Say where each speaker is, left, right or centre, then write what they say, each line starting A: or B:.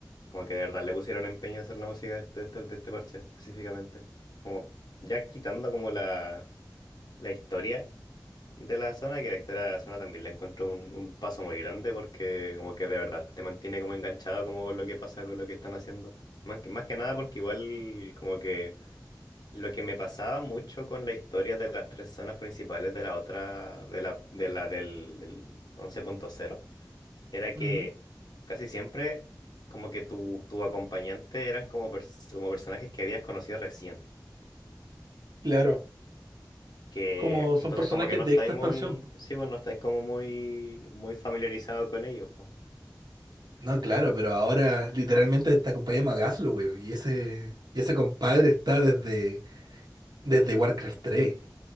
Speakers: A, on the left; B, on the right.
A: como que de verdad le pusieron empeño a hacer la música de, de este, de este parche específicamente. Como ya quitando como la, la historia de la zona, que la historia de la zona también la encuentro un, un paso muy grande porque como que de verdad te mantiene como enganchado como lo que pasa con lo que están haciendo. Más que, más que nada porque igual como que lo que me pasaba mucho con la historia de las tres zonas principales de la otra, de la, de la del, del once punto cero era que
B: Ujú,
A: casi siempre como que tu, tu acompañante eran como, pers- como personajes que habías conocido recién.
B: Claro,
A: Que
B: como
A: entonces
B: son personajes
A: como que no
B: de
A: estáis
B: esta expansión.
A: muy, sí, pues no estáis como muy, muy familiarizado con ellos, pues.
B: No, claro, pero ahora literalmente esta compañía llama Gaslow, y ese, y ese compadre está desde, desde Warcraft tres